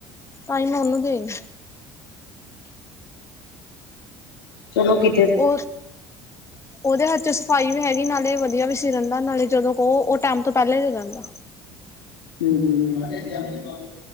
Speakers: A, on the left; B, on the left.
A: ਤਾਂ ਹੀ ਮੈਂ ਉਹਨੂੰ ਦੇ ਆਈ।
B: ਚਲੋ ਕਿ
A: ਔਰ ਉਹਦੇ ਹੱਥ ਸਫਾਈ ਵੀ ਹੈਗੀ, ਨਾਲੇ ਵਧੀਆ ਵੀ ਸੀ ਦਿੰਦਾ ਨਾਲੇ ਜਦੋਂ ਕੋਹੋ ਉਹ ਟਾਈਮ ਤੋਂ ਪਹਿਲੇ ਦੇ ਦਿੰਦਾ।
B: ਹੂ ਹੂ